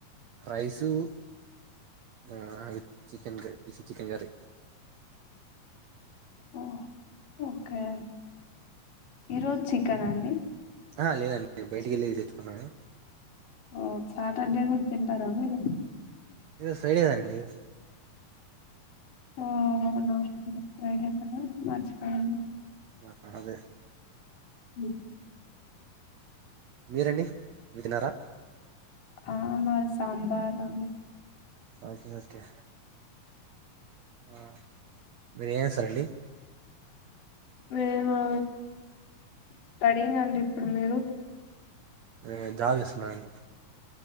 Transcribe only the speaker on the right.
రైసు ఆ చికెన్ కర్రీ చికెన్ కరి
ఆ లేదండి నేను బయటికి వెళ్ళి తెచ్చుకున్నా
ఈరోజు ఫ్రైడేనండి
ఆ అదే
మీరండి తిన్నారా
ఓకే ఓకే ఆ మీరు ఏం <unintelligible>
నేను దాల్ చేసుకున్నా అండి